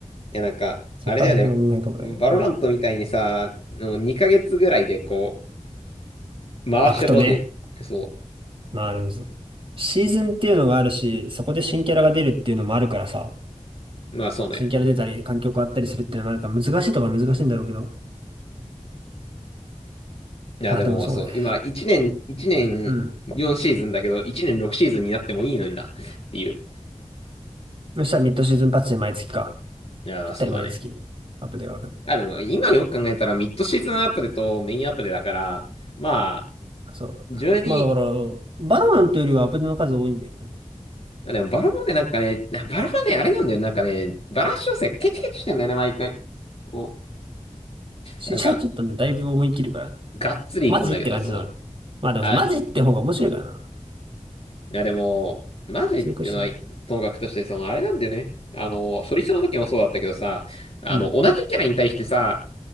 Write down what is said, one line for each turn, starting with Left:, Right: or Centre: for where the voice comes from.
Left: いや、なんか、
Right: そこから先も何の変化もない。
Left: あれだよね。バロラントみたいにさ、
Right: うん
Left: もう2ヶ月ぐらいでこう、回してほし
Right: アクトね。
Left: い。そう。
Right: まあでもシーズンっていうのがあるし、そこで新キャラが出るっていうのもあるからさ、
Left: まあそうね。
Right: 新キャラ出たり、環境変わったりするっていうのもあるから、難しいところは難しいんだろうけど。
Left: いや、
Right: まあでもそうね。
Left: でもそう、今、1年、一年4シーズンだけど、
Right: うん。
Left: 1年6シーズンになってもいいのにな、っていう。
Right: そしたらミッドシーズンパッチで毎月か。
Left: いや、
Right: ぴったり毎月、
Left: そうだね。
Right: アップデートが来る。
Left: あ、でも、今よく考えたら、ミッドシーズンアップデとメインアップデだから、まあ、
Right: そう。
Left: 12、
Right: まあだから、バロナントよりはアップデートの数多いんだよね。
Left: あでも、バロもね、なんかね、バロはね、あれなんだよ。なんかね、バランス調整がケチケチしてんだよね、毎回。こ
Right: シーチャはちょっとね、
Left: う、なんか、
Right: だいぶ思い切るからね。
Left: がっつりいくんだけど、
Right: マジって感じだな。
Left: そう。
Right: まあでもさ、
Left: あ、
Right: マジって方が面白いからな。
Left: いや、でも、マジっていうのは、
Right: 強くしても。
Left: ともかくとして、その、あれなんだよね。あの、ソリストの時もそうだったけどさ、あの、
Right: うん。
Left: 同じキャラに対してさ、